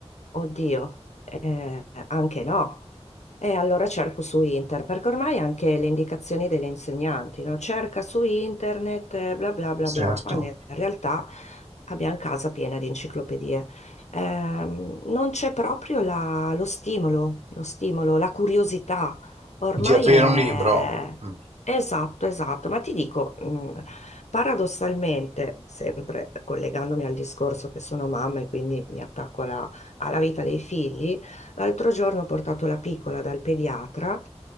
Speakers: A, on the left (about 85°); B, on the right (about 75°).
A: Oddio, eh, anche no. E allora cerco su internet, perché ormai anche le indicazioni delle insegnanti, no? Cerca su internet, eh, bla bla bla bla,
B: Certo.
A: quando in realtà abbiamo casa piena di enciclopedie. Ehm, non c'è proprio la- lo stimolo, lo stimolo, la curiosità. Ormai
B: Di aprire
A: è...
B: un libro. Mm.
A: Esatto, esatto, ma ti dico, mh, paradossalmente, sempre collegandomi al discorso che sono mamma e quindi mi attacco alla alla vita dei figli, L'altro giorno ho portato la piccola dal pediatra